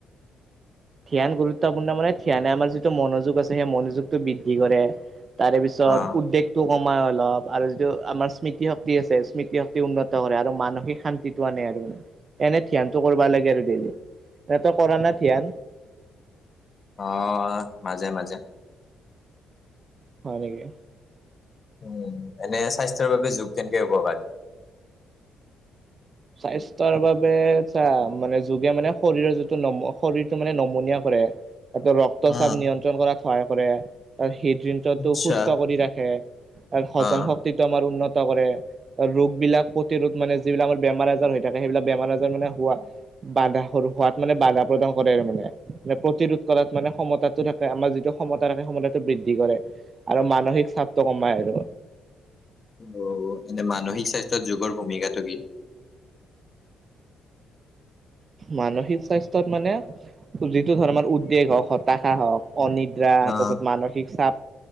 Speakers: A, on the right; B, on the left.
A: ধ্যান গুৰুত্বপূৰ্ণ মানে ধ্যানে আমাৰ যিটো মনোযোগ আছে সেই মনোযোগটো বৃদ্ধি কৰে। তাৰে পিছত
B: অ',
A: উদ্বেগ টো কমাই অলপ আৰু যিটো আমাৰ স্মৃতি শক্তি আছে স্মৃতি শক্তি উন্নত কৰে আৰু মানসিক শান ন্তিটো আনে আৰু মানে এনে ধ্যানটো কৰবা লাগে আৰু ডেইলি তে তই কৰা না ধ্যান?
B: অ, মাজে- মাজে।
A: হয় নেকি?
B: উম, এনে স্বাস্থ্যৰ বাবে যুগ কেনেকে উপকাৰী?
A: স্বাস্থ্যৰ বাবে চা মানে যোগে মানে শৰীৰৰ যি টো নম শৰীৰ টো মানে নমনীয়া কৰে ৰক্ত
B: অ
A: চাপ নিয়ন্ত্ৰণ কৰাত সহায় কৰে তাৰ হৃদদৃন্তটো
B: আচ্ছা
A: সুস্থ কৰি ৰাখে তাৰ হজম
B: অ
A: শক্ত ক্তিটো আমাৰ উন্নত কৰে ৰোগ বিলাক প্ৰতিৰোধ মানে যিবিলাকৰ বেমাৰ আজাৰ হৈ থাকে সেইবিলাক বেমাৰ আজাৰ মানে হোৱা বাধা হোৱাত মানে বাধা প্ৰদান কৰে আৰু মানে। মানে প্ৰতিৰোধ কৰাত মানে সমতাটো থাকে আমাৰ যিটো সমতা থাকে সমতাটো বৃদ্ধি কৰে। আৰু মানসিক চাপটো কমাই আৰু।
B: অ, এনে মানসিক স্বাস্থ্যৰ যুগৰ ভূমিকাটো কি?
A: মানসিক স্বাস্থ্যত মানে যিটো ধৰ আমাৰ উদ্বেগ হওক হতাশা হওক অনিদ দ্ৰা
B: অ',
A: তাৰপিছত মানসিক চাপ